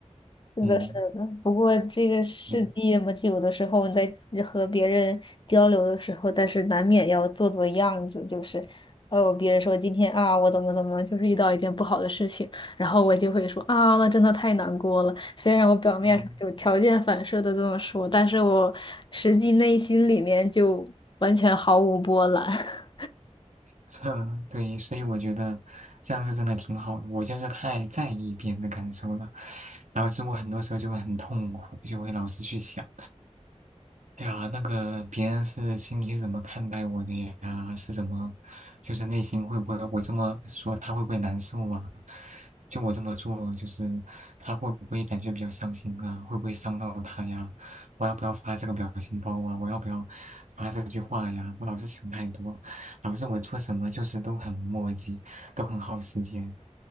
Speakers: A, on the left; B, on the right.
A: 是的，
B: 嗯
A: 是的。不过这个世界嘛，
B: 嗯
A: 就有的时候你在和别人交流的时候，但是难免要做做样子，就是哦，别人说今天啊，我怎么怎么，就是遇到一件不好的事情，然后我就会说啊，那真的太难过了。虽然我表面上就条件反射的这么说，
B: 嗯，
A: 但是我实际内心里面就完全毫无波澜。
B: <laughs> 对，所以我觉得这样是真的挺好的，我就是太在意别人的感受了，导致我很多时候就会很痛苦，就会老是去想。哎呀，那个别人是心里是怎么看待我的呀？是怎么，就是内心会不会我这么说他会不会难受啊？就我这么做，就是他会不会感觉比较伤心啊？会不会伤到他呀？我要不要发这个表情包啊？我要不要发这句话呀？我老是想太多，导致我做什么就是都很磨叽。都很耗时间，